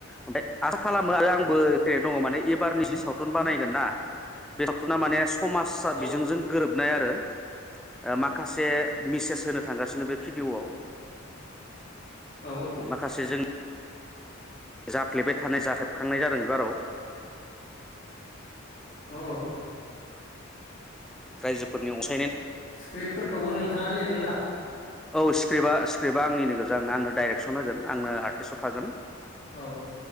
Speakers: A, in the centre; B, on the left.
A: ओमफ्राय आसा खालामो आरो आंबो
B: औ
A: <unintelligible> दङ माने एबारनि जि साव सावथुन बानायगोन ना बे सावथुना माने समाज सा
B: औ
A: बिजोंजों गोरोब <unintelligible> आरो ओ माखासे। मेसेज होनो थांगासिनो बे भिडिअ आव
B: औ
A: माखासे जों जाफ्लेबाय थानाय <unintelligible> जादों बे बाराव।
B: ओ।
A: रायजोफोरनि अन
B: स्क्रिप्टफोरखौबो नोंथाङानो लिरदों दा
A: औ स्क्रिपबा स्क्रिपबा आंनिनो गोनजा ओं आंनो डाइरेक्सन होगोन आंनो आर्टिस्टआव थागोन
B: औ